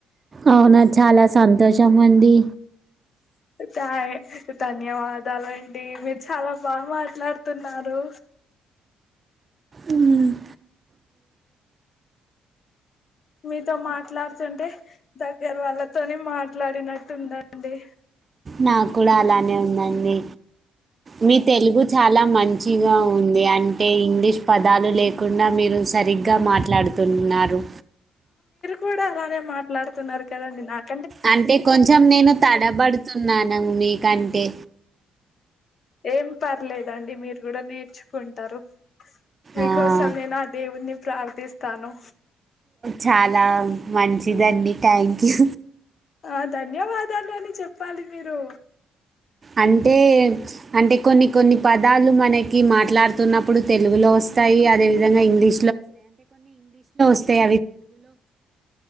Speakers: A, on the right (about 40°); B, on the left (about 55°).
A: అవునా చాలా సంతోషం అండి.
B: థ్యా ధన్యవాదాలండి, మీరు చాలా బాగా మాట్లాడుతున్నారు.
A: ఉమ్
B: మీతో మాట్లాడుతుంటే. దగ్గర వాళ్ళతోని మాట్లాడినట్టుందండి.
A: నాక్కూడా అలానే ఉందండి. మీ తెలుగు చాలా మంచిగా ఉంది అంటే, ఇంగ్లీష్ పదాలు లేక్ కుండా మీరు సరిగ్ గా మాట్లాడుతున్నారు.
B: కూడ అలానే మాట్లాడుతున్నారు కదండి నాక్
A: అంటే కొంచెం నేను తడబడుతున్నాను మీక్ కంటే
B: ఏం పర్లేదండి మీరు కూడ నేర్చుకుంటరు. మీకోసమేనా
A: ఆ,
B: ఆ దేవున్నీ ప్రార్థిస్తాను.
A: చాలా మంచిదండి థ్యాంక్ యూ.
B: ఆ ధన్యవాదాలు అని చెప్పాలి మీరు
A: అంటే అంటే కొన్ని కొన్ని పదాలు మనకి క మాట్లాడుతున్నప్పుడు తెలుగులో వస్తాయి అదేవిధంగా ఇంగ్లీ సయ